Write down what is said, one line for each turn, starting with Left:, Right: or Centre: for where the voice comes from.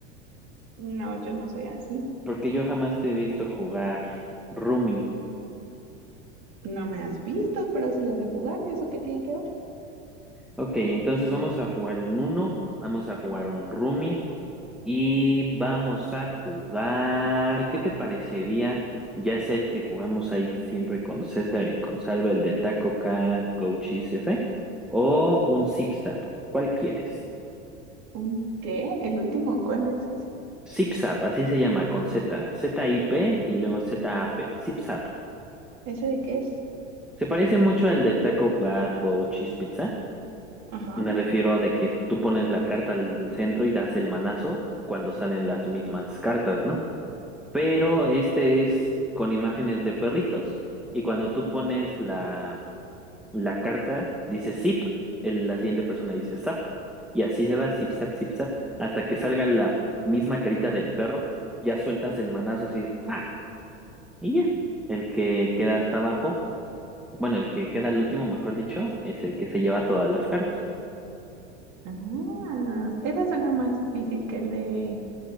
Right: No, yo no soy así.
Centre: porque yo jamás te he visto jugar Rumi.
Right: No me has visto, pero si lo sé jugar, ¿eso qué tiene que ver?
Centre: Ok, entonces vamos a jugar un uno, vamos a jugar un Rumi y vamos a jugar. ¿Qué te parecería? Ya sea el que jugamos ahí siempre con César y con Salva, el de Taco Cat, Go Cheese, ese, o un Zip Zap. ¿Cuál quieres?
Right: ¿Un qué? ¿El último? ¿Cuál es ese?
Centre: Zipzap, así se llama, con Z. Z-I-P y luego Z-A-P. Zipzap.
Right: ¿Ese de qué es?
Centre: Se parece mucho al de Taco God Go Cheese Pizza.
Right: Ajá.
Centre: Me refiero a de que tú pones la carta al centro y das el manazo cuando salen las mismas cartas, ¿no? Pero este es con imágenes de perritos y cuando tú pones la, la carta, dice zip, el- la siguiente persona dice zap y así se va, zip, zap, zip, zap, hasta que salga la misma carita del perro, ya sueltas el manazo así, ¡pa! Y ya, el que queda hasta abajo, bueno, el que queda al último, mejor dicho, es el que se lleva todas las cartas.
Right: Ah, ese suena más difícil que el de